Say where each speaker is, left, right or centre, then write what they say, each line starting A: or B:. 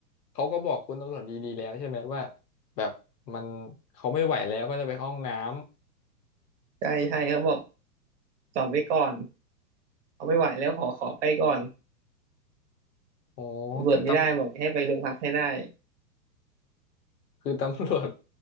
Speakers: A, on the left; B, on the right.
A: เขาก็บอกคุณตำรวจดีๆแล้วใช่ไหมว่าแบบมันเขาไม่ไหวแล้วก็จะไปเข้าห้องน้ำ
B: ใช่ใช่เขาบอกจอดไว้ก่อนเขาไม่ไหวแล้วขอขอไปก่อน
A: อ๋อแต่ต
B: ตำรวจไม่ได้บอกให้ไปโรงพักให้ได้
A: ำคือตำรวจ